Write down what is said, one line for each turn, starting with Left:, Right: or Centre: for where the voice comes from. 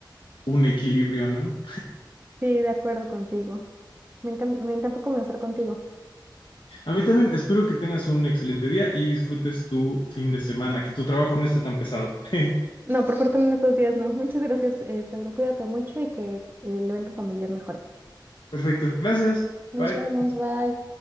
Left: un equilibrio, ¿no?
Right: Sí, de acuerdo contigo. Me encan- me encantó conversar contigo.
Left: A mí también, espero que tengas un excelente día y disfrutes tu fin de semana, que tu trabajo no esté tan pesado. <laughs>
Right: No, por fortuna en estos días no. <laughs> Muchas gracias, eh, Pedro. Cuídate mucho y que el evento familiar mejore.
Left: Perfecto, gracias.
Right: Nos
Left: Bye.
Right: vemos, bye.